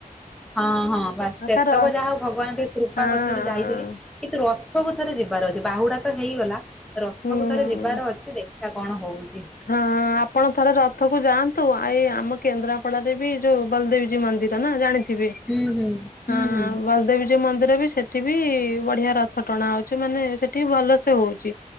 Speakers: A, in the centre; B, on the left.
A: ହଁ ହଁ ବାସ୍ ସେତକ
B: କାର
A: ଯାହା ହଉ ଭଗବାନ ଟିକେ କୃପା
B: ହଁ
A: କରିଥିଲେ ବେଲି ଯାଇଥିଲି। କିନ୍ତୁ ରଥକୁ ଥରେ ଯିବାର ଅଛି ବାହୁଡା ତ ହେଇଗଲା ରଥକୁ
B: ହୁଁ
A: ଥରେ
B: ହୁଁ
A: ଯିବାର ଅଛି ଦେଖ ଇଆ କଣ ହଉଚି।
B: ହଁ ଆପଣ ଥରେ ରଥକୁ ଯାଆନ୍ତୁ ଆ ଏଇ ଆମ କେନ୍ଦ୍ରାପଡାରେ ବି ଯୋଉ ବଲଦେବଜୀଉ ମନ୍ଦିର ନା ଜାଣି ଥିବେ
A: ହୁଁ ହୁଁ ହୁଁ
B: ହଁ
A: ହୁଁ ହୁଁ
B: ବଲଦେବ ଜୀଉ ମନ୍ଦିର ବି ସେଠି ବି ବଢିଆ ରଥ ଟଣା ହଉଛି ମାନେ ସେଠି ଭଲ ସେ ହଉଚି।